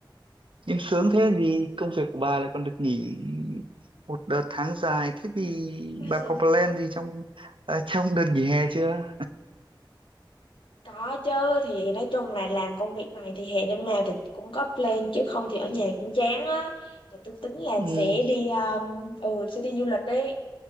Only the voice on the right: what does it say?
Em sướng thế vì công việc của bà lại còn được nghỉ một đợt tháng dài. Thế thì
bà có plan gì trong ờ, <laughs> trong đợt nghỉ hè chưa?
Ừ.